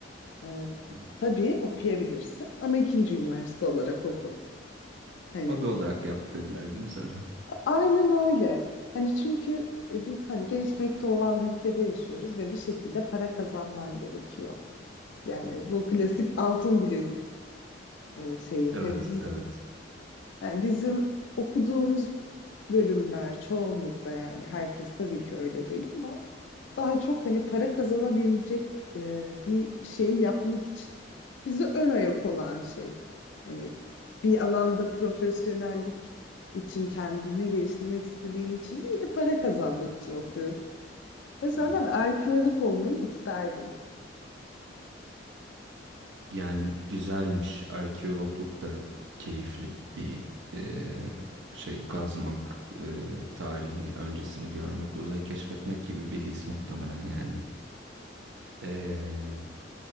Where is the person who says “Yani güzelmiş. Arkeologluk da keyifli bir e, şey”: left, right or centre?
Right